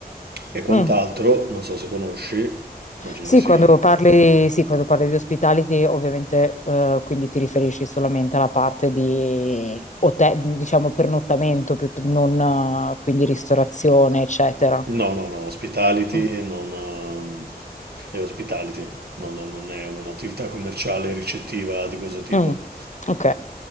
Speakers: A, on the right; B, on the left.
A: e quant'altro.
B: Mm.
A: Non so se conosci, immagino
B: Sì,
A: di sì.
B: quando parli, sì, quando parli di hospitality, ovviamente, eh, quindi ti riferisci solamente alla parte di hotel, diciamo pernottamento, piutt- non eh, quindi ristorazione, eccetera.
A: No, no, no, hospitality
B: Mm.
A: non, ehm, è hospitality, non, non è un'attività commerciale ricettiva di questo tipo.
B: Mm. Ok,